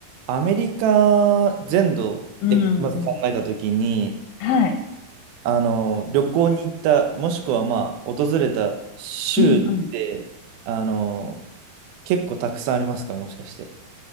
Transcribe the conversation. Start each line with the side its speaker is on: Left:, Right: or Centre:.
Right: アメリカ全土でまず考えたときに、
Left: うんうん。はい。
Right: あの、旅行に行った、もしくはまあ、訪れた州って、
Left: うんうん。
Right: あの、結構たくさんありますか、もしかして。